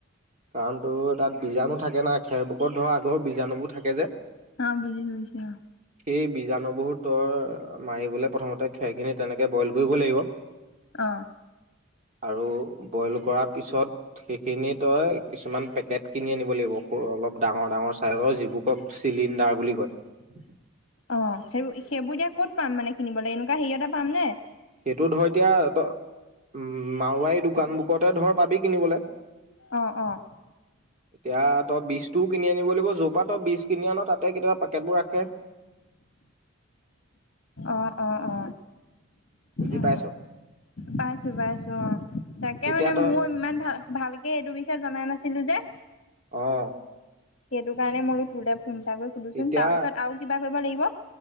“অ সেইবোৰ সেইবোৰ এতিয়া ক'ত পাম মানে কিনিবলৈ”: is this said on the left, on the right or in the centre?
Left